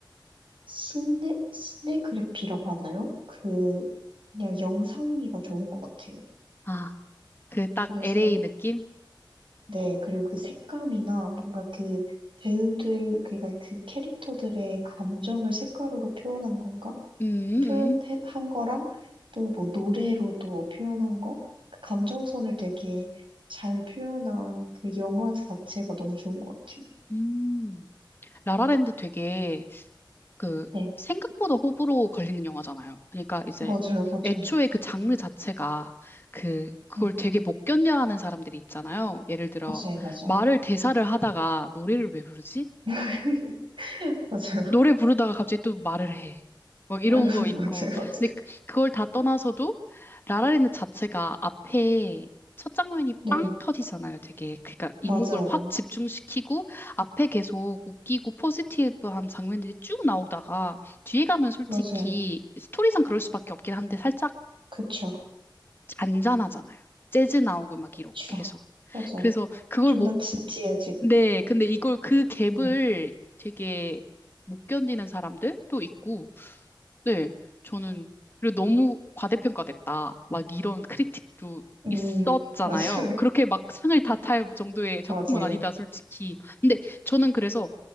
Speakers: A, on the right; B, on the left.
A: 시네, 시네그래피라고 하나요? 그, 그냥 영상미가 좋은 것 같아요.
B: 아, 그 딱
A: 그래서
B: LA 느낌?
A: 네, 그리고 그 색감이나 뭔가 그 배우들, 그니까 그 캐릭터들의 감정을 색깔로 표현한 건가?
B: 음,
A: 표현한
B: 음.
A: 거랑 또 뭐 노래로도 표현한 거? 그 감정선을 되게 잘 표현한 그 영화 자체가 너무 좋은 것 같아요.
B: 음. 라라랜드 되게 그
A: 네,
B: 생각보다 호불호 걸리는 영화잖아요. 그러니까 이제
A: 맞아요, 맞아요.
B: 애초에 그 장르 자체가 그 그걸
A: 네,
B: 되게 못 견뎌하는 사람들이 있잖아요. 예를 들어
A: 맞아요, 맞아요.
B: 말을 대사를 하다가 노래를 왜 부르지?
A: <laughs> 맞아요.
B: 노래 부르다가 갑자기 또 말을 해. 막 이런
A: <laughs>
B: 거 있고.
A: 맞아요, 맞아요.
B: 근데 그- 그걸 다 떠나서도 라라랜드 자체가 앞에 첫 장면이
A: 네,
B: 빵 터지잖아요. 되게 그러니까 이목을
A: 맞아요.
B: 확 집중시키고 앞에 계속 웃기고 포지티브한 장면들이 쭉 나오다가 뒤에 가면 솔직히
A: 맞아요.
B: 스토리상 그럴 수밖에 없긴 한데 살짝
A: 그쵸,
B: 잔잔하잖아요. 재즈 나오고 막
A: 그쵸.
B: 이러고 계속.
A: 맞아요.
B: 그래서 그걸
A: 좀
B: 못,
A: 더 진지해지고,
B: 네, 근데 이걸 그 갭을
A: 음.
B: 되게 못 견디는 사람들도 있고 네, 저는 그리고 너무 과대평가됐다. 막 이런 크리틱도
A: 음,
B: 있었잖아요.
A: 맞아요. <laughs>
B: 그렇게 막 상을 다 탈 정도의 작품은
A: 맞아요.
B: 아니다, 솔직히. 근데 저는 그래서